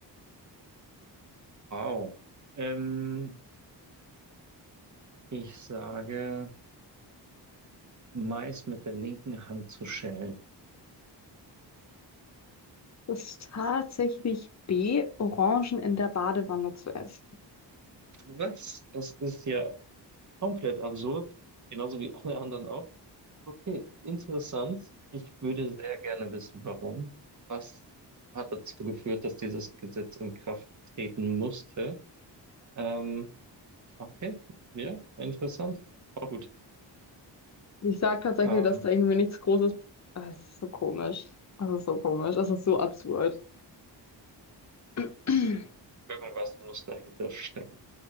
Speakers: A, on the right; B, on the left.
A: Wow. Ähm, Ich sage, Mais mit der linken Hand zu schälen.
B: Das ist tatsächlich B, Orangen in der Badewanne zu essen.
A: Was? Das ist ja komplett absurd. Genauso wie alle anderen auch. Okay, interessant. Ich würde sehr gerne wissen, warum. Was hat dazu geführt, dass dieses Gesetz in Kraft treten musste? Ähm, okay, ja, interessant. Auch gut.
B: Ich sage tatsächlich,
A: Ähm,
B: dass da irgendwie nichts Großes. Ah, Es ist so komisch. Es ist so komisch. Es ist so absurd. <clears throat>
A: irgendwas muss dahinter stecken.